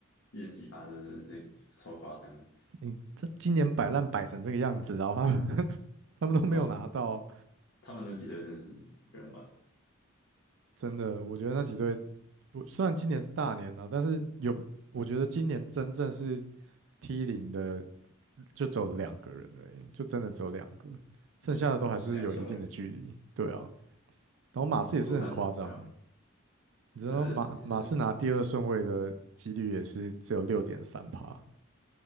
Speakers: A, on the left; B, on the right.
A: 一点几趴，真的是超夸张的。
B: <laughs> 你这今年摆烂摆成这个样子，然后他们 <laughs> 他们都没有拿到，
A: 对啊，他们那几队真的是不用玩，
B: 真的，我觉得那几队，我虽然今年是大年了，但是有，我觉得今年真正是 T 零的，就只有两个人而已，就真的只有两个，剩下的都还是有一定的距离。
A: 就前两顺位，
B: 对啊，然后马刺也是很夸张，
A: 顾范明，对吧？
B: 你知道马马刺拿第二顺位的几率也是只有六点三趴。
A: 这也是